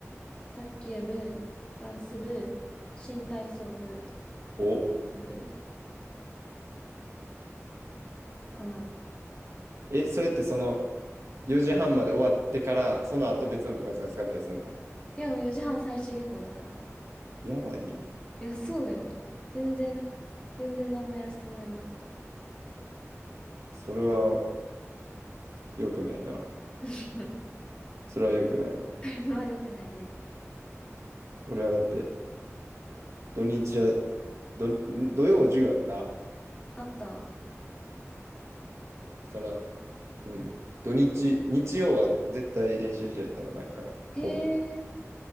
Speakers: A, on the left; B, on the right.
A: 卓球部、ダンス部、新体操部、
B: お。
A: ズ部かな。
B: え、それってその4時半まで終わってから、その後別の部活が使ったりするの
A: でも4時半最終下校だから。
B: やばいやん。
A: いや、そうよ。全然、全然何もやらせてもらえなかった。
B: それは良くないな。
A: <laughs>
B: それは良くないわ。
A: あれは良くないね。
B: 俺はだって、土日は、土、土曜授業あった
A: あった。
B: だから、うん。土日、日曜は絶対練習試合やったな、毎回。
A: へえ、
B: ほぼ。